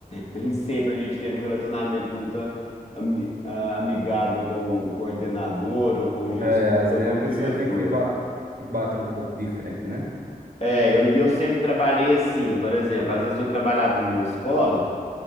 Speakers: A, on the left; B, on the right.
A: nem sempre a gente teve um relacionamento muito ami- ah, amigável com o coordenador, ou com o gestor,
B: É, às
A: ou
B: vezes
A: com
B: a
A: o
B: pessoa
A: diretor.
B: tem que, ba- tem que bater um pouco de frente, né?
A: É, eu, e eu sempre trabalhei assim, por exemplo, às vezes eu trabalhava numa escola